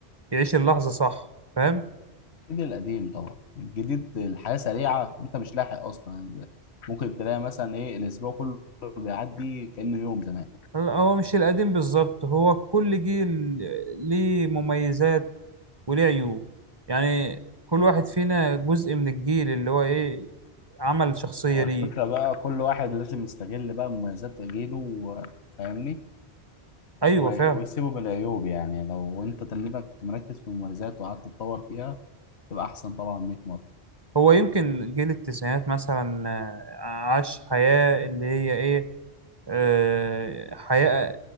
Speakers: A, on the right; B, on the left.
A: يعيش اللحظة صح فاهم
B: اكيد القديم طبعا الجديد الحياة سريعة انت مش لاحق اصلا ممكن تلاقي مثلا ايه الاسبوع كله بيعدي كأنه يوم زمان
A: لا، هو مش القديم بالظبط هو كل جيل ليه مميزات وليه عيوب يعني كل واحد فينا جزء من الجيل اللي هو ايه عمل شخصية
B: هو
A: ليه
B: الفكرة بقى كل واحد لازم يستغل بقى مميزات جيله و- فاهمني
A: ايوه
B: و-
A: فعلا
B: ويسيبه من العيوب يعني لو انت تنيتك مركز في المميزات وقعدت تتطور فيها تبقى احسن طبعا 100 مرة
A: هو يمكن جيل التسعينات مثلا آه، عاش حياة اللي هي ايه آه، حياة